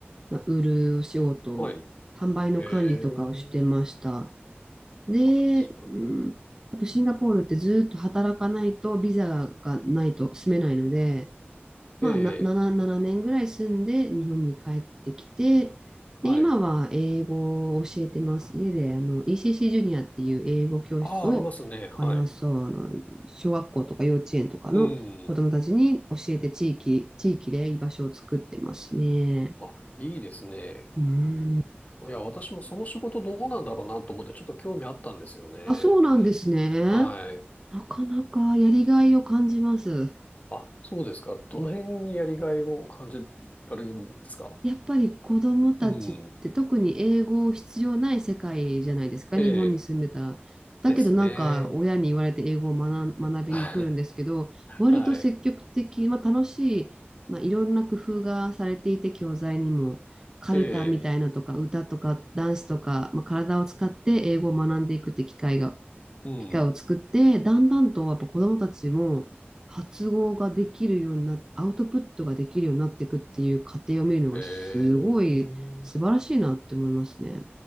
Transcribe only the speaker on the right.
まあ、売るお仕事、
販売の管理とかをしてました。
で、
うん、あとシンガポールってずっと働かないとビザがないと住めないので、まあ、
な7、7年ぐらい住んで日本に帰ってきて、で、
今は英語を教えてます。家であの ECC ジュニアっていう英語教室を、
ありますそう、
あの、小学校とか幼稚園とかの子供たちに教えて地域、
地域で居場所を作ってますね。
うん。
あ、そうなんですね。
なかなかやりがいを感じます。
やっぱり子供たちって特に英語必要ない世界じゃないですか、
日本に住んでたら。だけどなんか親に言われて英語を学ん、
学びに来るんですけど、
割と積極的、
まあ、楽しい、まあ、いろんな工夫がされていて、教材にも、カルタみたいなとか、
歌とか、ダンスとか、まあ、体を使って英語を学んでいくって機会が
機会を作って、だんだんとやっぱ子どもたちも発語ができるようになっアウトプットができるようになっていくっていう過程を見るのがすごい素晴らしいなって思いますね。